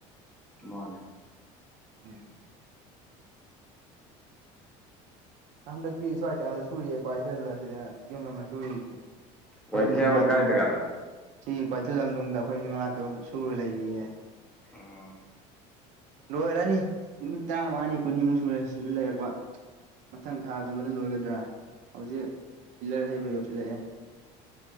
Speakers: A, in the centre; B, on the right (about 50°).
A: ꯃꯥꯅꯦ
B: ꯎꯝ ꯍꯟꯗꯛꯇꯤ ꯁ꯭ꯋꯥꯏ ꯀꯩꯅꯣꯗ ꯁꯨꯔꯤꯌꯦ ꯀ꯭ꯋꯥꯛꯀꯧꯊꯦꯜꯗ ꯁꯤꯗ ꯌꯨꯝ ꯑꯃ ꯁꯨꯔꯤ ꯑꯩꯈꯣꯏ
A: ꯋꯥꯏꯊꯦꯜ
B: ꯃꯤ ꯃꯉꯥ
A: ꯀꯥꯏ
B: ꯇꯔꯨꯛ
A: ꯖꯒꯥꯗ
B: ꯁꯤꯒꯤ ꯀ꯭ꯋꯥꯏꯊꯦꯜ ꯂꯝꯗꯣꯡꯗ ꯑꯩꯈꯣꯏ ꯃꯤ ꯃꯉꯥ-ꯇꯔꯨꯛ ꯁꯨꯔ ꯂꯩꯔꯤꯌꯦ
A: ꯑꯣ
B: ꯂꯣꯏꯔꯅꯤ ꯅꯨꯃꯤꯠ ꯇꯔꯥꯃꯉꯥꯅꯤ ꯀꯨꯟꯅꯤꯃꯨꯛ ꯁꯨꯔꯦ ꯁꯤꯗ ꯂꯩꯔꯛꯄ ꯃꯊꯪ ꯊꯥꯒꯨꯝꯕꯗ ꯂꯣꯏꯒꯗ꯭ꯔꯥ ꯍꯧꯖꯤꯛ ꯄꯤꯂꯔ ꯍꯩꯕ ꯌꯧꯁꯤꯜꯂꯛꯑꯦ